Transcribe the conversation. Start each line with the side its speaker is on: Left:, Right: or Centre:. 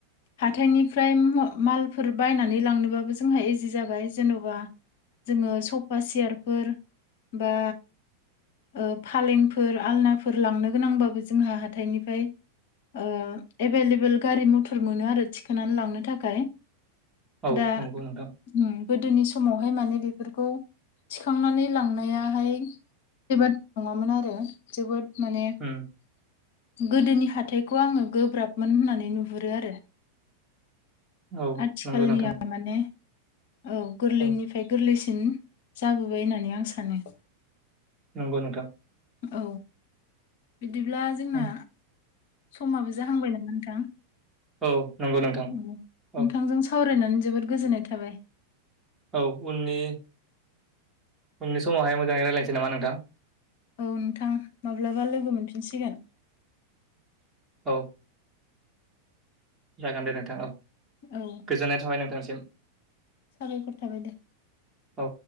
Left: हाथायनिफ्राय मालफोर बायनानै लांनोबाबो जोंहा इजि जाबाय जेन'बा जोङो सफा सियारफोर बा ओफालेंफोर आलनाफोर लांनो गोनांबाबो जोंहा हाथाइनिफ्राय ओ एभेलेबोेल गारि मथर मोनो आरो थिखोनानै लांनो थाखाय
Right: औ
Left: दा
Right: नंगौ नोंथां
Left: ओम गोदोनि समावहाय माने बेफोरखौ थिखांनानै लांनायाहाय <unintelligible> नङामोन आरो जोबोद माने
Right: ओम
Left: गोदोनि हाथायखौ आङो गोब्राबमोन होननानै नुहुरो आरो
Right: औ
Left: आथिखालनिया
Right: नंगौ नोंथां
Left: माने औ गोरलैनिफ्राय
Right: औ
Left: गोरलैसिन जाबोबाय होननानै आं सानो
Right: नंगौ नोंथां
Left: औ बिदिब्ला जोंना
Right: औ
Left: समाबो जाहांबाय नामा नोंथां
Right: औ नंगौ नोंथां
Left: औ
Right: औ
Left: नोंथांजों सावरायनानै जोबोद गोजोननाय थाबाय
Right: औ उननि उननि समावहाय मोजाङै रायलायनोसै नामा नोंथां
Left: औ नोंथां माब्लाबा लोगो मोनफिनसिगोन
Right: औ जागोन दे नोंथां औ
Left: औ
Right: गोजोननाय थाबाय नोंथांसिम
Left: साबायखर थाबाय दे
Right: औ।